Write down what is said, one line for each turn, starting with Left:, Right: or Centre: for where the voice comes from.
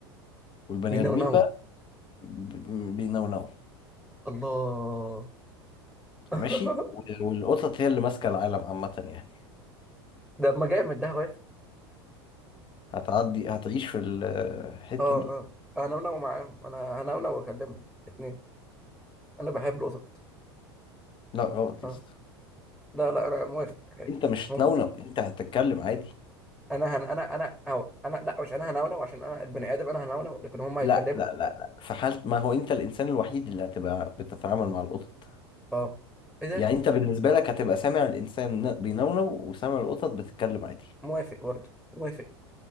Left: والبني
Centre: بينا
Left: ادمين
Centre: وناو
Left: بقى ب- ب- بينونوا
Centre: الله <laughs>
Left: ماشي و- والقطط هي اللي ماسكة العالم عامة يعني
Centre: ده ما جامد ده واقف
Left: هتعدي هتعيش في ال- الحتة
Centre: اه
Left: دي
Centre: اه انا وناو معاهم انا هنونو واكلمهم اتنين انا بحب القطط
Left: لا غلط يا
Centre: اه
Left: اسطى
Centre: لا لا انا موافق عادي
Left: انت مش هتنونو
Centre: هم
Left: انت هتتكلم عادي
Centre: انا هن انا انا أو انا لا مش انا هنونو عشان انا البني ادم انا هنونو لكن هم هيتكلموا
Left: لا لا لا لا في حالة ما هو انت الانسان الوحيد اللي هتبقى بتتعامل مع القطط
Centre: اه ايه ده
Left: يعني انت بالنسبة لك هتبقى سامع الانسان ن- بينونو وسامع القطط بتتكلم عادي
Centre: موافق برضه موافق